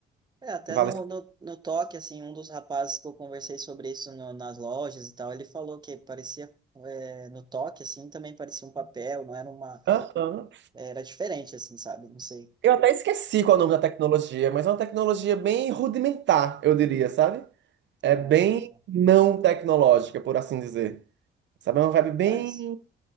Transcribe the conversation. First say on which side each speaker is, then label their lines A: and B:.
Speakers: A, on the right (about 20°); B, on the right (about 65°).
A: É, até
B: Vale.
A: no, no, no toque, assim, um dos rapazes que eu conversei sobre isso no- nas lojas e tal, ele falou que parecia, é, no toque, assim, também parecia um papel, não era uma...
B: Aham.
A: Era diferente, assim, sabe? Não sei.
B: Eu até esqueci qual é o nome da tecnologia, mas é uma tecnologia bem rudimentar, eu diria, sabe? É
A: Ah,
B: bem
A: tá.
B: não tecnológica, por assim dizer. Sabe? É uma vibe
A: Rapaz,
B: bem